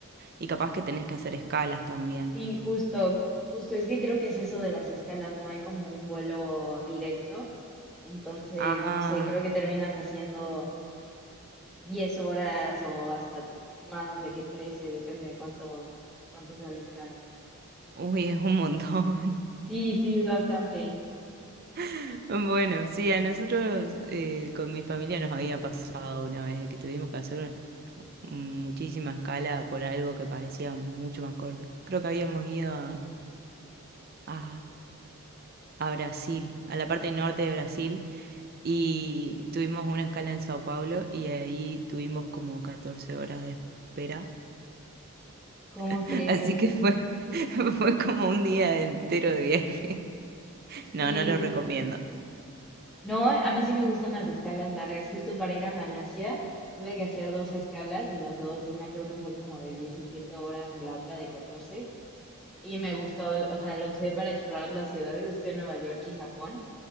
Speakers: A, on the right; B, in the centre.
A: Y capaz que tenés que hacer escalas también.
B: Sí, justo, justo, es que creo que es eso de las escalas, no hay como un vuelo directo, entonces,
A: Ah,
B: no sé, creo que terminas haciendo 10 horas o hasta más de que 13, depende de cuánto, cuánto sea la escala.
A: uy, es un montón.
B: Sí, sí, es bastante.
A: <laughs> Bueno, sí, a nosotros eh, con mi familia nos había pasado una vez de que tuvimos que hacer muchísima escala por algo que parecía mucho más corto. Creo que habíamos ido a, a, a Brasil, a la parte norte de Brasil, y tuvimos una escala en Sao Paulo y ahí tuvimos como 14 horas de espera.
B: ¿Cómo
A: <laughs>
B: crees?
A: Así que fue, <laughs> fue como un día entero de viaje. No,
B: Sí,
A: no lo recomiendo.
B: no, a mí sí me gustan las escalas largas, justo para ir a Malasia tuve que hacer dos escalas y las dos, una creo que fue como de 17 horas y la otra de 14. Y me gustó, o sea, lo usé para explorar las ciudades. Estuve en Nueva York y Japón